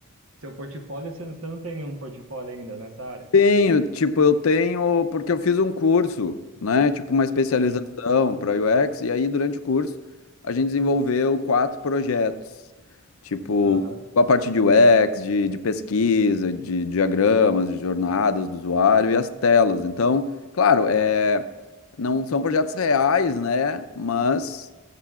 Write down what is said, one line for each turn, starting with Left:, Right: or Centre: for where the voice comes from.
Right: Seu portfólio, você não, você não tem nenhum portfólio ainda nessa área?
Left: Tenho, tipo, eu tenho, porque eu fiz um curso, né? Tipo, uma especialização
Right: Sim,
Left: para UX, e aí durante o curso a gente desenvolveu quatro projetos, tipo,
Right: Aham.
Left: com a parte de UX, de, de pesquisa, de diagramas, de jornadas do usuário e as telas. Então, claro, é, não são projetos reais, né? Mas